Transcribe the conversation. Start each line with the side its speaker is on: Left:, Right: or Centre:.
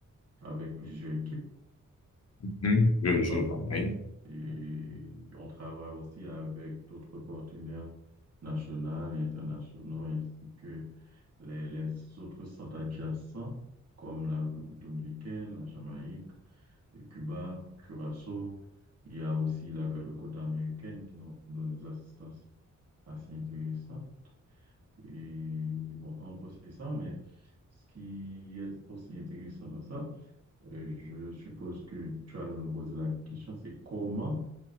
Right: avec plusieurs équipes,
Left: mhm. Je,
Right: d'accord?
Left: je vois, oui.
Right: Et on travaille aussi avec d'autres partenaires nationaux et internationaux, ainsi que les, les autres centres adjacents, comme la République dominicaine, la Jamaïque, le Cuba, Curaçao. Il y a aussi la garde côte américaine qui nous donne des assistances assez intéressantes. Et bon, en gros, c'est ça, mais ce qui est aussi intéressant dans ça, euh, je suppose que tu allais me poser la question, c'est comment